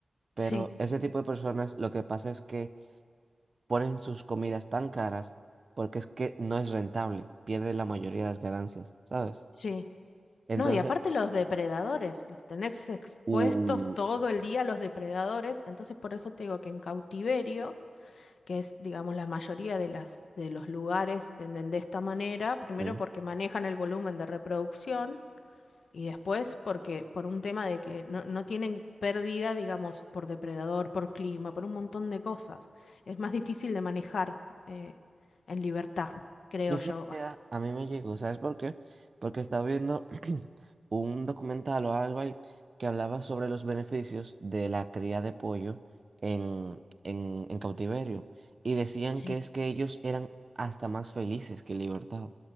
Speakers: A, on the right; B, on the left.
A: Pero
B: Sí,
A: ese tipo de personas lo que pasa es que ponen sus comidas tan caras porque es que no es rentable, pierden la mayoría de las ganancias, ¿sabes?
B: sí.
A: Entonces,
B: No, y aparte los depredadores, los tenés expuestos
A: Uh,
B: todo el día a los depredadores, entonces por eso te digo que en cautiverio, que es, digamos, la mayoría de las, de los lugares venden de esta manera, primero
A: sí.
B: porque manejan el volumen de reproducción Y después, porque por un tema de que no, no tienen pérdida, digamos, por depredador, por clima, por un montón de cosas. Es más difícil de manejar eh, en libertad, creo
A: Esa
B: yo. va.
A: idea a mí me llegó, ¿sabes por qué? Porque estaba viendo <clears throat> un documental o algo ahí que hablaba sobre los beneficios de la cría de pollo en, en, en cautiverio. Y decían
B: Sí.
A: que es que ellos eran hasta más felices que en libertad.